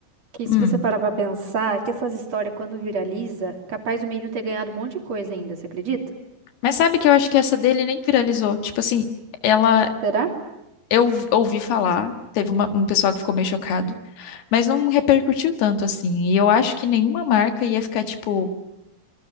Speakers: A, on the right; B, on the left.
A: que, se
B: hum.
A: você parar pra pensar, que essas histórias, quando viraliza, capaz do menino ter ganhado um monte de coisa ainda, você acredita?
B: Mas sabe que eu acho que essa dele nem viralizou. Tipo assim, ela.
A: Será?
B: Eu ouvi falar, teve uma- um pessoal que ficou meio chocado Mas não repercutiu tanto assim. E eu acho que nenhuma marca ia ficar, tipo,